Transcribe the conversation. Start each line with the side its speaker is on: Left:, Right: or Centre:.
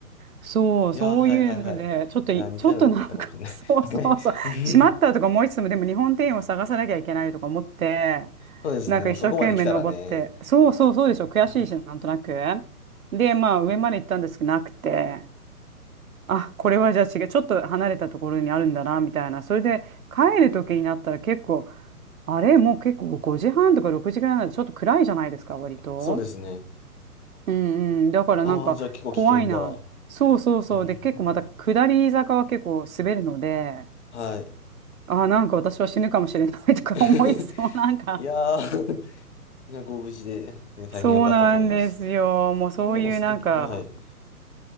Right: そう、
Left: いや、
Right: そういうので、
Left: はいはいはい。
Right: ちょっとい、
Left: いや、似たようなことやったかもしれない。
Right: ちょっとなんか <laughs> そうそうそう、
Left: <laughs> はい。<laughs> うん
Right: しまったとか思いつつも、でも日本庭園を探さなきゃいけないとか思って、
Left: そうですね。
Right: なんか一生懸命登って、
Left: もうそこまで来たらね。
Right: そうそうそうでしょ、悔しいし、
Left: うん
Right: なんとなく。で、まあ上まで行ったんですけど、なくて。あ、これはじゃあ違う、ちょっと離れたところにあるんだな、みたいな。それで帰る時になったら結構、あれ、もう結構5時半とか6時ぐらいなんでちょっと暗いじゃないですか、割と。
Left: そうですね。
Right: うんうん。だからなんか怖いな。
Left: ああ、じゃあ結構危険だ。<laughs>
Right: そうそうそう。
Left: うん
Right: で、結構また下り坂は結構滑るので、
Left: はい。
Right: あー、なんか私は死ぬかもしれない <laughs> とか思いそう。
Left: <laughs>
Right: なんか、
Left: いやー、いや、ご無事で、いや、大変良かったと思います。
Right: そうなんですよ。もうそういうなんか、
Left: いや、でも素敵、はい。